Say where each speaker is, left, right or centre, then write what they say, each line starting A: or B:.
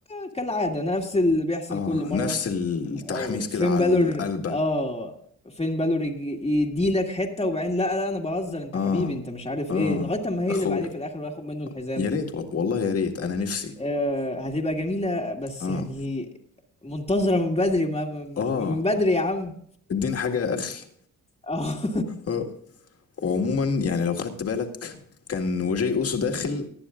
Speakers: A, on the left (about 20°); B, on the left (about 50°).
A: آه، كالعادة نفس اللي بيحصل
B: اه
A: كل مرة
B: نفس التحميس
A: آه، فين
B: كده على
A: بالور
B: القلبه
A: اه فين بالور يدي لك حتة وبعدين لا لا انا بهزر انت
B: اه
A: حبيبي انت مش عارف
B: اه
A: ايه لغاية اما هيقلب
B: اخويا
A: عليه في الاخر وياخد منه الحزام
B: يا ريت وال- والله يا ريت انا نفسي
A: آه، هتبقى جميلة بس
B: اه
A: يعني منتظرة من بدري ما ما-
B: اه
A: ما من بدري يا عم
B: اديني حاجه يا اخي
A: اه <laughs>
B: آه. وعموما يعني لو خدت بالك كان وجاي اوسو داخل